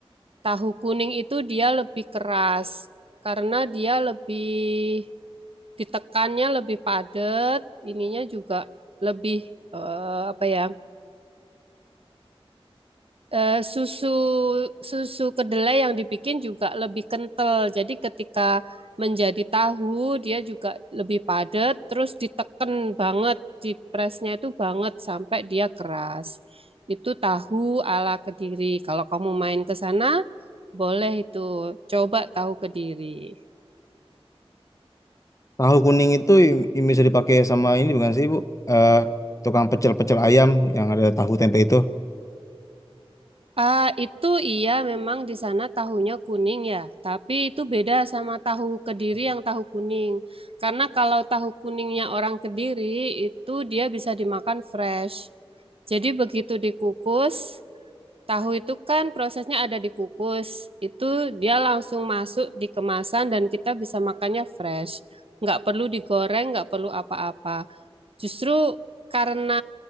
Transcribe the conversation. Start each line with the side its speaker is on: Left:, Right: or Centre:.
Right: Tahu kuning itu dia lebih keras karena dia lebih ditekannya lebih padat, ininya juga lebih eh, apa ya? eh, susu susu kedelai yang dibikin juga lebih kental. Jadi ketika menjadi tahu dia juga lebih padat, terus diteken banget, di presnya itu banget sampai dia keras. Itu tahu ala Kediri. Kalau kamu main ke sana, boleh itu coba tahu Kediri.
Left: Tahu kuning itu im- im- bisa dipakai sama ini bukan sih Bu? Eh, tukang pecel-pecel ayam yang ada tahu tempe itu.
Right: Ah, itu iya memang di sana tahunya kuning ya, tapi itu beda sama tahu Kediri yang tahu kuning. Karena kalau tahu kuningnya orang Kediri itu dia bisa dimakan fresh. Jadi begitu dikukus, tahu itu kan prosesnya ada dikukus. Itu dia langsung masuk di kemasan dan kita bisa makannya fresh. Nggak perlu digoreng, nggak perlu apa-apa. Justru karena